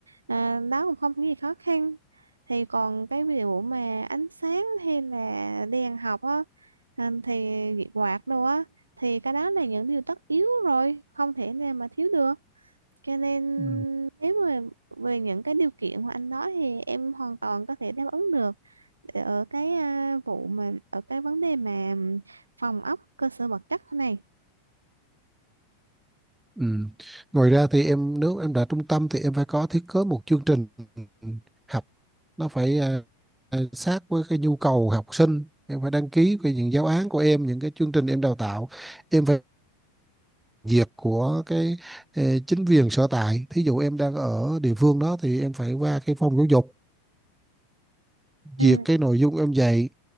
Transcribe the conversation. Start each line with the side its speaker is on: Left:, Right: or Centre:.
Right: À, đó cũng không có gì khó khăn. Thì còn cái ví dụ mà ánh sáng hay là đèn học á, à, thì quạt đồ á, thì cái đó là những điều tất yếu rồi, không thể nào mà thiếu được cho nên
Centre: ừ.
Right: nếu mà về những cái điều kiện của anh nói thì em hoàn toàn có thể đáp ứng được Để ở cái à, vụ mà ở cái vấn đề mà phòng ốc cơ sở vật chất thế này
Centre: Ừ. Ngoài ra thì em nếu em đã trung tâm thì em phải có thiết kế một chương trình học nó phải à, à, sát với cái nhu cầu học sinh em phải đăng ký về những giáo án của em những cái chương trình em đào tạo em phải duyệt của cái eh, chính quyền sở tại thí dụ em đang ở địa phương đó thì em phải qua cái phòng giáo dục
Right: ừ
Centre: duyệt cái nội dung em dạy